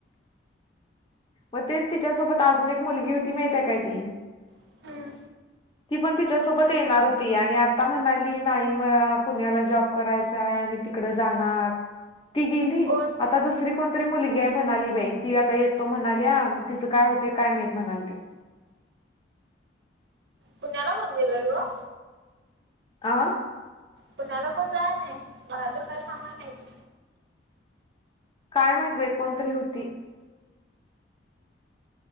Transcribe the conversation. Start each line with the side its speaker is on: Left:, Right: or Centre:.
Left: मग तेच तिच्यासोबत अजून एक मुलगी होती माहतीय काय ती?
Right: हम्म
Left: ती पण तिच्यासोबत येणार होती आणि आता म्हणाली नाही मला पुण्याला जॉब करायचाय आणि तिकड जाणार ती गेली.
Right: कोण
Left: आता दुसरी कोणतरी मुलगी आहे म्हणाली बाई ती आता येतो म्हणा या तिचं काय होते काय माहीत म्हणाली ती.
Right: पुण्याला कोन गेलय गं?
Left: आ.
Right: पुण्याला कोण जाय ना मला तर काय सांगा नाही ती.
Left: काय माहिती बाई कोणतरी होती.